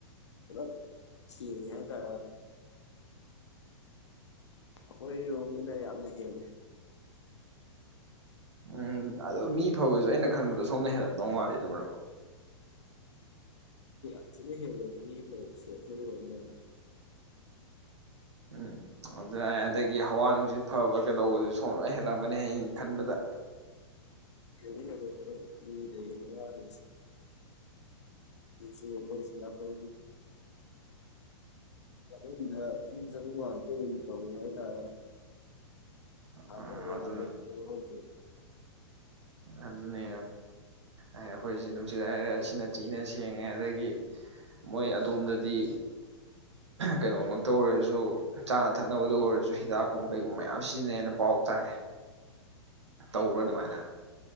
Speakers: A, on the left; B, on the right.
A: ꯍꯂ ꯁꯤ ꯍ ꯀ ꯑꯩꯈꯣꯏꯔꯣꯝꯅꯤꯅ ꯌꯥꯝꯅ ꯍꯦꯜꯂꯤ
B: ꯎꯝ ꯑꯗꯣ ꯃꯤ ꯐꯕꯁꯨ ꯑꯩꯅ ꯈꯟꯕꯗꯣ ꯁꯣꯝꯅ ꯍꯦꯜꯂꯞꯗꯧ ꯃꯥꯜꯜꯂꯤꯦꯗꯕ꯭ꯔꯣ
A: ꯑꯖꯂ ꯍꯦꯂ ꯃꯤꯁꯤ ꯍ ꯑꯂ
B: ꯎꯝ ꯑꯗꯨꯅ ꯑꯗꯒꯤ ꯍꯋꯥ ꯅꯨꯡꯁꯤꯠ ꯐꯕ ꯀꯩꯗꯧꯕꯗꯨ ꯁꯣꯝ ꯂꯣꯏ ꯍꯦꯜꯂꯝꯒꯅꯤ ꯍꯌꯦꯡ ꯈꯟꯕꯗ
A: ꯔꯗꯗ ꯁꯨꯝꯕꯣꯏꯁꯤꯅꯥꯥꯛꯀ ꯑ ꯃꯅꯨꯡꯗ ꯆ ꯆꯕ ꯉꯥꯟꯇ ꯑꯣꯏꯅ ꯇꯧꯋꯤ ꯍꯥꯏꯇꯥꯔꯦ ꯑꯗꯨꯦꯦ
B: ꯑꯥ ꯑꯗꯨ ꯑꯗꯨꯅꯦ ꯑꯩꯈꯣꯏꯁꯦ ꯅꯨꯡꯁꯤꯠ ꯍꯥꯏꯔꯒ ꯁꯤꯅ ꯊꯤꯅ ꯁꯦꯡꯉꯦ ꯑꯗꯒꯤ ꯃꯣꯏ ꯑꯗꯣꯝꯗꯗꯤ ꯀꯩꯅꯣꯃꯛꯇ ꯑꯣꯏꯔꯁꯨ ꯆꯥꯅ ꯊꯛꯅꯕꯗ ꯑꯣꯏꯔꯁꯨ ꯍꯤꯗꯥꯛꯀꯨꯝꯕ ꯀꯩꯒꯨꯝꯕ ꯃꯌꯥꯝ ꯁꯤꯖꯤꯟꯅꯩꯅ ꯄꯥꯎ ꯇꯥꯏꯌꯦ ꯇꯧꯕ꯭ꯔꯥ ꯑꯗꯨꯃꯥꯏꯅ